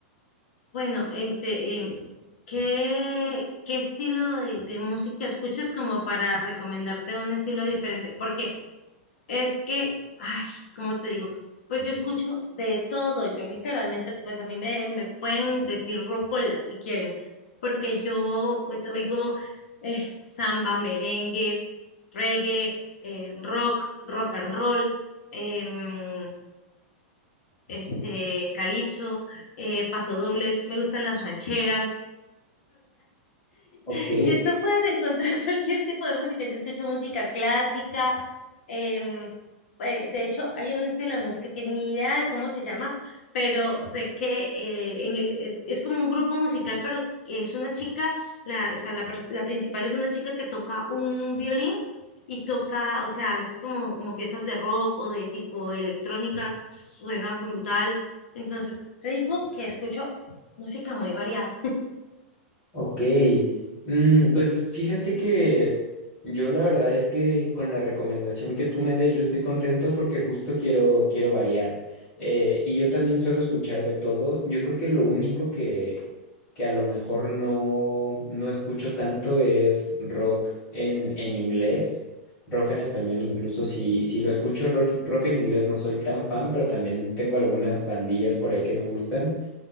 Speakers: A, on the left; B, on the left.
A: Bueno, este, em, ¿qué, qué estilo de, de música escuchas como para recomendarte un estilo diferente? Porque Es que, ay, ¿cómo te digo? Pues yo escucho de todo, yo literalmente, pues a mí me, me pueden decir rocola si quieren, porque yo pues oigo eh, samba, merengue, reggae, eh, rock, rock and roll, em, este, calipso, eh, pasodobles, me gustan las rancheras
B: Ok.
A: En YouTube puedes encontrar <laughs> cualquier tipo de música. Yo escucho música clásica. em, eh, de hecho, hay un estilo de música que ni idea de cómo se llama, pero sé que eh, en el, eh, es como un grupo musical, pero es una chica, la, o sea, la, pers- la principal es una chica que toca un violín y toca, o sea, a veces como, como piezas de rock o de tipo electrónica, suena brutal. Entonces, te digo que escucho música muy variada.
B: Ok, Mm, pues fíjate que yo la verdad es que con la recomendación que tú me des yo estoy contento porque justo quiero, quiero variar. Eh, y yo también suelo escuchar de todo. Yo creo que lo único que, que a lo mejor no, no escucho tanto es rock en, en inglés, rock en español incluso. Si, si lo escucho rock, rock en inglés no soy tan fan, pero también tengo algunas bandillas por ahí que me gustan.